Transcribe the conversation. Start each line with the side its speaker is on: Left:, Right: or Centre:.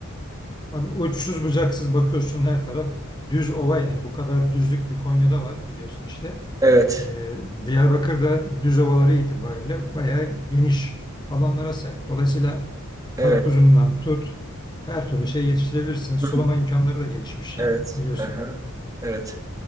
Left: Abi uçsuz bucaksız bakıyorsun her taraf düz ova yani bu kadar düzlük bir Konya'da var biliyorsun işte.
Right: Evet.
Left: Ee, Diyarbakır'da düz ovaları itibariyle bayağı geniş alanlara sahip. Dolayısıyla karpuzundan
Right: Evet.
Left: tut her türlü şey yetiştirebilirsin. Sulama
Right: Hı,
Left: imkanları da gelişmiş
Right: Evet.
Left: yani biliyorsun.
Right: Aha, Evet.